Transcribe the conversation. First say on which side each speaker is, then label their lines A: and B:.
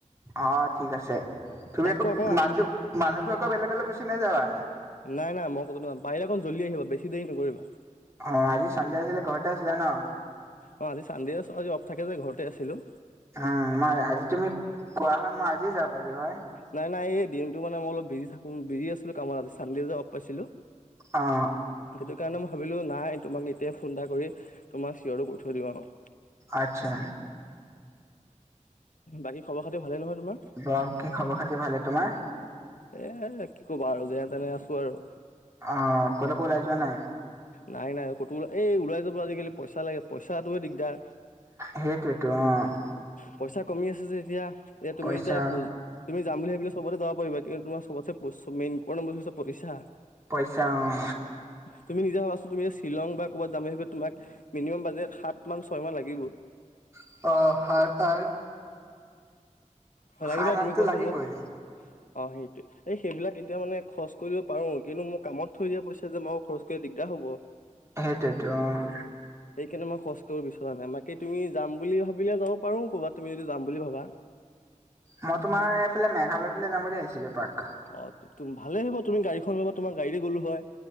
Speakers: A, on the right (about 20°); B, on the left (about 80°).
A: অ' ঠিক আছে তুমি
B: তাতকৈ
A: আকৌ
B: অকণমান
A: মানুহ মানুহতো আকৌ বেলেগলৈ গুচি নাযাবা।
B: নাই নাই মই কতো ন বাহি এক জলি আহিব বেছি দেৰি নকৰিবা।
A: অ' আজি সন্ডে আছিলে ঘৰতে আছিলে ন?
B: অ' আজি চানণ্ডে আজি অফ থাকে যে ঘৰতে আছিলোঁ।
A: উম, মই আজি তুমি কোৱা হয় মই আজি যাব পাৰিলো হয়।
B: নাই নাই এই দিনটো মানে মই অলপ বিজি থাকোঁ বিজি আছিলোঁ কামত আজি চানডে যে অপ পাইছিলোঁ।
A: অ'।
B: সেইটো কাৰণে মই ভাবিলোঁ নাই তোমাক এতিয়াই ফোন এটা কৰি তোমাক চিঞৰটো কৰিৈ থৈ দিওঁ আৰু।
A: আত্ছা।
B: বাকী খৰ খাতি ভালেই নহয়োমাৰ?
A: বাকি খবৰ খাতি ভালে, তোমাৰ?
B: এ কি কবা আৰু যেনে তেনে আছো আৰু।
A: অ' ক'লৈকো ওলাই যোৱা নাই?
B: নাই নাই ক'তো ওল এই ওলাই যাবলৈ আজিকালি পইচা লাগে পইচাাটোৱে দিগদাৰ।
A: সেইটোৱতো অ'।
B: পইচা কমি আছে যে এতিয়া এতিয়া তুমি
A: পইচা
B: এতিয়া তুমি যাম বুলি ভাবিলে চবতে যাব পাৰিবা কিুমাৰ চবত মন হৈছে পইচা।
A: পইচা অ'।
B: তুমি নিজে ভাবাচোন তুমি যে শ্বিলং বা ক'ৰবাত যামেই সি তোমাক মিনিমাম বাজেট সাত মান ছয় মমান লাগিব।
A: অ'
B: হয় লাগিবা
A: সাত আঠটো
B: তুমি কোৱাচোন
A: লাগিবই।
B: মোক? অ' সেইটোৱে এই সেইবাক এতিয়া মানে খচ কৰিব পাৰো কিন্তু মোৰ কামত থৈ দিয়া পইচা যে মই খৰচ দিগদাৰ হ'ব।
A: সেইটোতো অ'।
B: সেইকাৰণে মই খৰচ কৰিব বিচৰা নাই বাকী তুমি যাম বুলি ভাবিলে যাব পাৰোঁ ক'ৰবাত তুমি যদি যাম বুলি ভাবা।
A: মই তোমাৰ এইফালে মেঘালয় ফালে যাম বুলি ভাবিছিলো পাৰ্ক।
B: অ' তম ভালে আহিব তুমি গাড়ীখন ল'বা তোমাৰা গাড়ী দি গ'লো হয়।